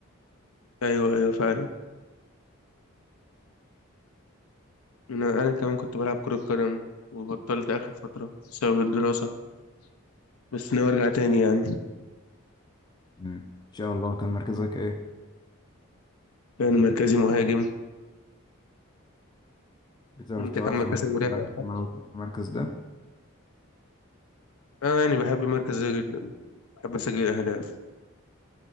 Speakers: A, on the left; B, on the left.
A: ايوه ايوه فعلا انا انا كمان كنت بلعب كرة قدم وبطلت اخر فترة بسبب الدراسة بس ناوي ارجع تاني يعني
B: أمم، ان شاء الله كان مركزك ايه؟
A: يعني مركزي مهاجم
B: بتعرف
A: انت
B: تلعب
A: كان
B: في
A: مركزك
B: مركز
A: مدافع صح؟
B: في المركز ده؟
A: اه يعني بحب المركز ده جدا بحب اسجل اهداف